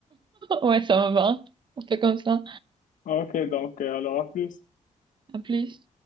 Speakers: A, on the right; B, on the left.
A: Ouais, ça me va. On fait comme ça.
B: Ok, donc, euh, alors à plus.
A: À plus.